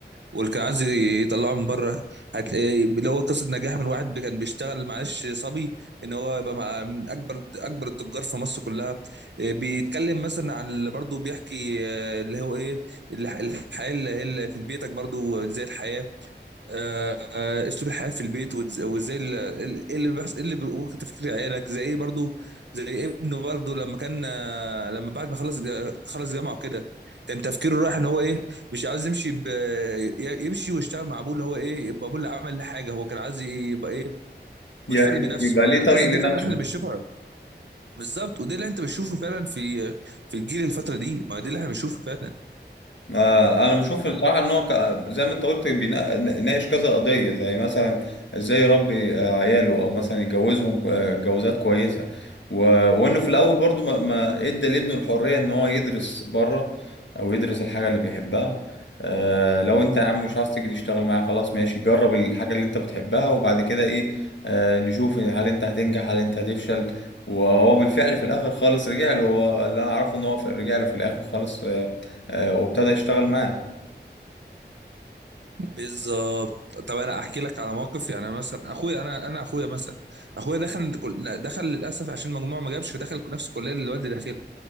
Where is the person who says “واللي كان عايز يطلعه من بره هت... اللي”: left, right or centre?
Right